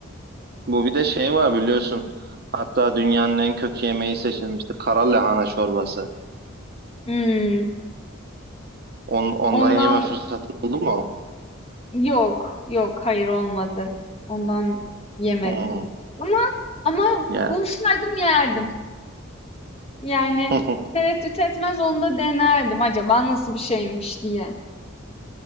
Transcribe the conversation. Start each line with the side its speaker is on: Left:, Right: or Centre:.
Right: Bu bir de şey var biliyorsun. Hatta dünyanın en kötü yemeği seçilmişti. Kara lahana çorbası.
Left: Hmm,
Right: On, ondan
Left: ondan
Right: yeme fırsatı oldu mu?
Left: yok, yok, hayır olmadı. Ondan yemedim.
Right: Hmm,
Left: Ama ama
Right: yani.
Left: bulsaydım yerdim. Yani
Right: <laughs>
Left: tereddüt etmez onu da denerdim acaba nasıl bir şeymiş diye.